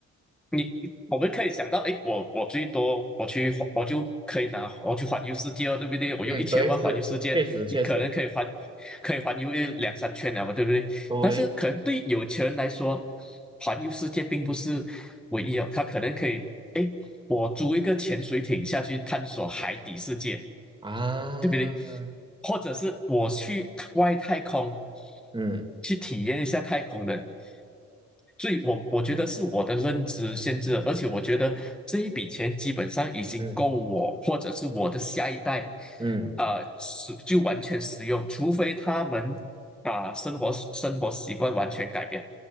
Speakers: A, in the centre; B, on the right.
A: 你我们可以想到，诶，我我最多我去我就可以拿我去环游世界哦，对不对？我用一千万环游世界，
B: 嗯，对，是，确实确实，
A: 你可能可以环可以环游一两三圈了嘛，对不对？
B: 对
A: 但是可能对有钱人来说，环游世界并不是唯一哦，他可能可以，诶，我租一个潜水艇下去探索海底世界。
B: 啊，
A: 对不对？或者是我去外太空
B: 嗯
A: 去体验一下太空人，所以我我觉得是我的认知限制了，而且我觉得这一笔钱基本上已经够我或者是我的下一代，
B: 嗯嗯
A: 呃，使就完全使用，除非他们把生活生活习惯完全改变。